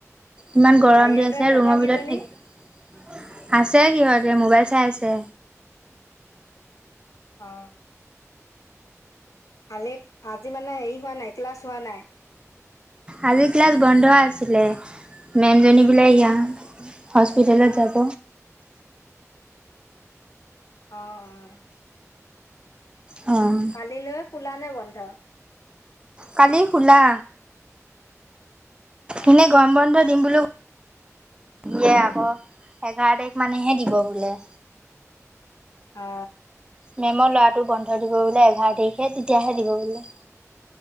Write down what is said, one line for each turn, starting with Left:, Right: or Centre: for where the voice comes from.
Right: ইমান গৰম
Left: আৰু ইহঁতে
Right: দি আছে
Left: লগৰ
Right: ৰুমৰ ভিতৰত
Left: কেইজনী
Right: থাকি আছে সিহঁতে মোবাইল চাই আছে।
Left: অ। আলি আজি মানে হেৰি হোৱা নাই ক্লাছ হোৱা নাই?
Right: আজি ক্লাছ বন্ধ আছিলে। মেমজনী বোলে ইয়াত হস্পিটেলত যাব।
Left: অ অ।
Right: অহঁ।
Left: কালিলৈ খোলা নে বন্ধ?
Right: কালি খোলা।
Left: অ'
Right: এনে গৰম বন্ধ দিম বুলিও দিয়ে আকৌ এঘাৰ তাৰিখ মানেহে দিব বোলে।
Left: অ।
Right: মেমৰ ল'ৰাটো বন্ধ দিব বোলে এঘাৰ তাৰিখে তেতিয়াহে দিব বোলে।